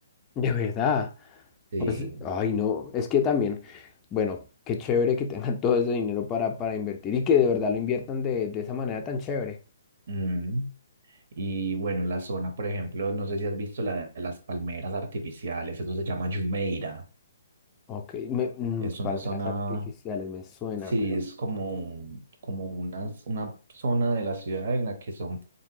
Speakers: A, on the left; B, on the right.
A: de verdad.
B: Sí.
A: O sea, ay, no, es que también, bueno, qué chévere que tengan <laughs> todo ese dinero para, para invertir y que de verdad lo inviertan de, de esa manera tan chévere.
B: mm. Y bueno, la zona, por ejemplo, no sé si has visto la de las palmeras artificiales, eso se llama Jumeirah.
A: Ok, me, mm,
B: Es una
A: palmeras
B: zona
A: artificiales me suena,
B: Sí, es como, un- como una, una zona de la ciudad en la que son